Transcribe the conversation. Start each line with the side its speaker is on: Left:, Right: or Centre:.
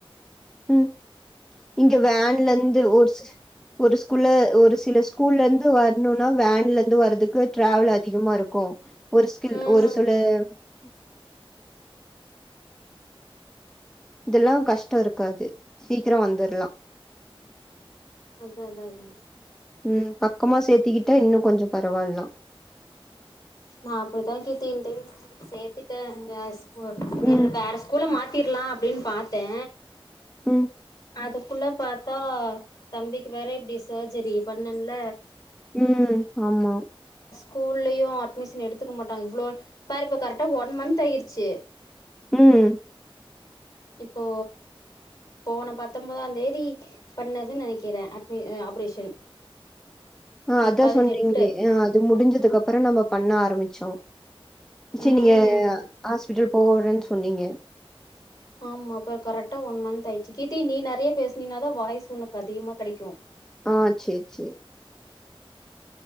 Centre: உம் இங்க வேன்ல இந்து ஒரு ஒரு ஸ்கூல்ல ஒரு சில ஸ்கூல்ல இருந்து வரணும்னா வேன் இதுல இருந்து வர்றதுக்கு டிராவல் அதிகமா இருக்கு ஒரு ஸ்கில்
Left: ம்
Centre: ஒரு செல உம் இதெல்லாம் கஷ்டம் இருக் இருக்காது சீக்கிரம் வந்துரலாம்
Left: அதா அதா அதா
Centre: உம் பக்கமா சேர்த்திக்கிட்டா இன்னும் கொஞ்சம் பரவாயில்லாம்
Left: நா அப்டித்தா கீத்தின்டயு சேத்துட்ட உ என்னோட
Centre: ம்
Left: வேற ஸ்கூல மாத் த்திர்லா அப்படின்னு பாத்தே
Centre: உம்
Left: அதுக்குள்ள பாத்தா தம்பிக்கு வேற இப்டி சர்ஜரி பண்ணன்ல
Centre: உம் ஆமா
Left: கூல்லயு அட்மிஷன் எடுத்துக்க மாட்டாங் இவ்ளோ பாருப்ப கரெக்டா ஒன் மந்த் ஆயிருச்சு
Centre: உம்
Left: இப்போ போன பத்தொபுதா தேதி பண்ணது நெனக்கிறே அட்மி ஆப்ரேஷன்
Centre: அஹ்
Left: இன்னைக்கு
Centre: அதா
Left: பதினெட்டு
Centre: சொன்னீங்களே அஹ் அது முடிஞ்சதுக்கு அப்பற நம்ம பண்ண ஆரம்மிச்சோ செரி
Left: ம்
Centre: நீங்க ஹாஸ்பிட்டல் போறேன் சொன்னீங்க
Left: ஆமா அப்புறம் கரெக்டா ஒன் மந்த்த் ஆயிடுச்சு கீத்தி நீ நெறைய பேசுனீனாதான் வாய்ஸ் உனக்கு அதிகமா கிடைக்கு
Centre: ஆஹ் சேர் சேர்